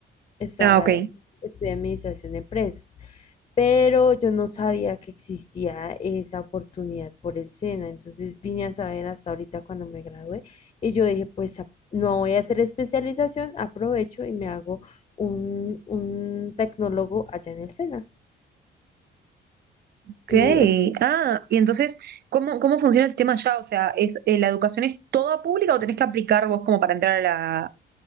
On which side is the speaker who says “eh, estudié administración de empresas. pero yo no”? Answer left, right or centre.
Left